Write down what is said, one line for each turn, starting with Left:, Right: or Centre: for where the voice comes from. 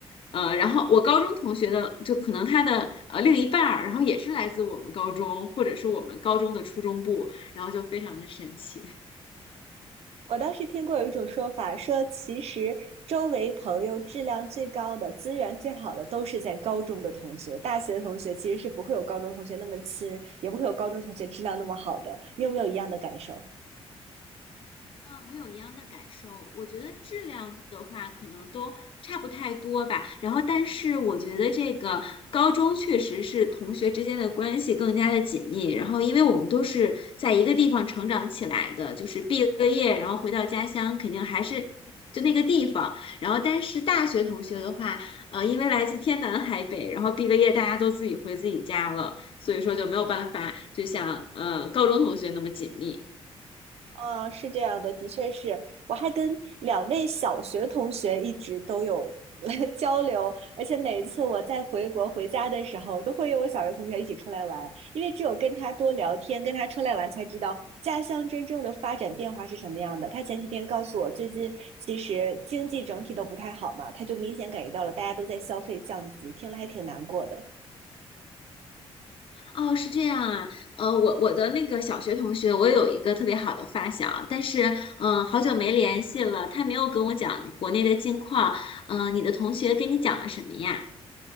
Left: 呃，然后我高中同学的，就可能他的呃另一半儿，然后也是来自我们高中，或者是我们高中的初中部，然后就非常的神奇。
Right: 我当时听过有一种说法，说其实周围朋友质量最高的、资源最好的都是在高中的同学，大学的同学其实是不会有高中同学那么亲，也不会有高中同学质量那么好的。你有没有一样的感受？
Left: 啊，我有一样的感受。我觉得质量的话，可能都差不太多吧。然后，但是我觉得这个高中确实是同学之间的关系更加的紧密。然后，因为我们都是在一个地方成长起来的，就是毕了业，然后回到家乡，肯定还是就那个地方。然后，但是大学同学的话，呃，因为来自天南海北，然后毕了业，大家都自己回自己家了，所以说就没有办法，就像呃高中同学那么紧密。
Right: 嗯，是这样的，的确是，我还跟两位小学同学一直都有 <laughs> 交流，而且每一次我在回国回家的时候，都会有我小学同学一起出来玩，因为只有跟他多聊天，跟他出来玩，才知道家乡真正的发展变化是什么样的。他前几天告诉我，最近其实经济整体都不太好嘛，他就明显感觉到了大家都在消费降级，听了还挺难过的。
Left: 哦，是这样啊，呃，我我的那个小学同学，我有一个特别好的发小，但是，嗯、好久没联系了，他没有跟我讲国内的近况，嗯、你的同学跟你讲了什么呀？